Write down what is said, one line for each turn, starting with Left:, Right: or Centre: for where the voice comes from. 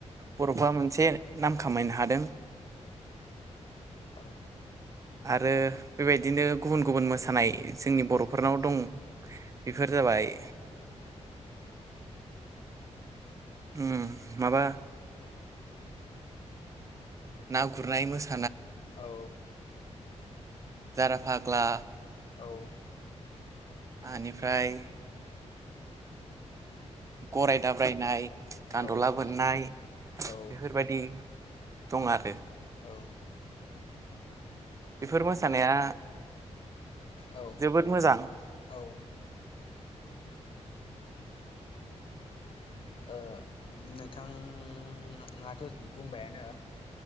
Right: बर'फ्रा मोनसे नाम खामायनो हादों।
Left: औ।
Right: आरो बेबायदिनो गुबुन गुबुन मोसानाय जोंनि बर'फोरनाव दं। बेफोर जाबाय उम माबा ना गुरनाय मोसा
Left: औ।
Right: जाराफाग्ला।
Left: औ।
Right: आनिफाय गराय दाब्रायनाय। गान्द'ला
Left: औ औ
Right: बोननाय बेफोरबादि
Left: औ
Right: दं आरो।
Left: औ।
Right: बेफोर मोसानाया
Left: ओ औ
Right: जोबोद मोजां।
Left: औ ओ ओ नोंथाङाथ' बुंबायानो